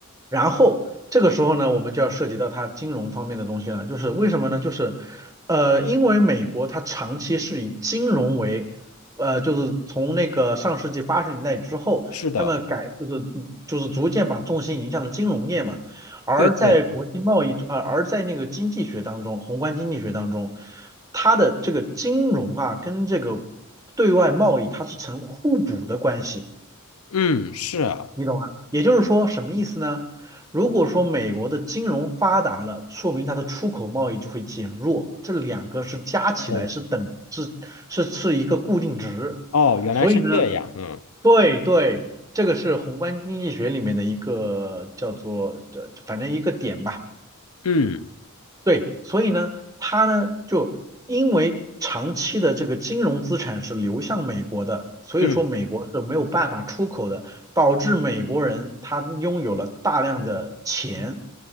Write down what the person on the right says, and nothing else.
然后这个时候呢，我们就要涉及到它金融方面的东西了，就是为什么呢？就是，呃，因为美国它长期是以金融为，呃，就是从那个上世纪八十年代之后，
他们改就是就是逐渐把重心移向了金融业嘛，而在国际贸易，
呃，而在那个经济学当中，宏观经济学当中，它的这个金融啊跟这个对外贸易它是成互补的关系。
你懂吗？也就是说，什么意思呢？如果说美国的金融发达了，说明它的出口贸易就会减弱，这两个是加起来是等是是是一个固定值，
所以呢，
对对，这个是宏观经济学里面的一个叫做的，反正一个点吧。
对，所以呢，他呢就因为长期的这个金融资产是流向美国的，所以说美国是没有办法出口的，
导致美国人他拥有了大量的钱，